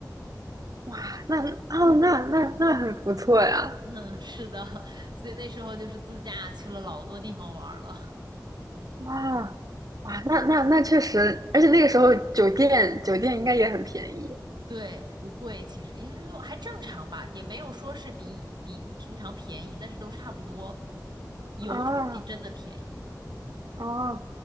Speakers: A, on the right; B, on the right.
A: 哇，那哦那那那很不错呀，
B: 嗯，是的，<laughs> 所以那时候就是自驾去了老多地方玩儿了。
A: 哇哇那那那确实，而且那个时候酒店酒店应该也很便宜
B: 对，不贵，其实也就是说还正常吧，也没有说是比比平常便宜，但是都差不多。油是比真的便宜。
A: 啊哦，